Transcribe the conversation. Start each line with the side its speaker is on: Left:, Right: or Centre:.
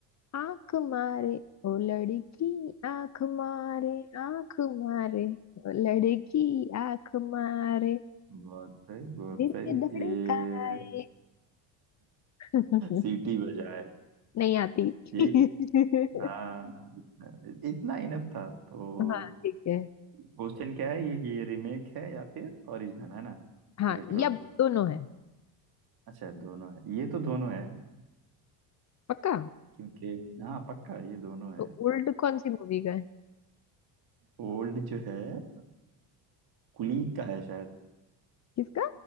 Left: आंख मारे ओ लड़की आंख मारे आंख मारे ओ लड़की आंख मारे
Right: बहुत सही बहुत
Left: दिल
Right: सही
Left: में धड़काए
Right: ये
Left: <laughs>
Right: सीटी बजाए
Left: नहीं आती
Right: यही
Left: <laughs>
Right: हाँ इतना इनफ था तो
Left: हाँ ठीक है
Right: क्वेश्चन क्या है ये कि ये रीमेक है या फिर ओरिजिनल है ना
Left: हाँ
Right: रेट्रो
Left: या दोनों है
Right: अच्छा दोनों है ये तो दोनों है
Left: पक्का
Right: क्योंकि हाँ पक्का ये दोनों है
Left: तो उल्ट कौन सी मूवी का है
Right: ओल्ड जो है अ, कुली का है शायद
Left: किसका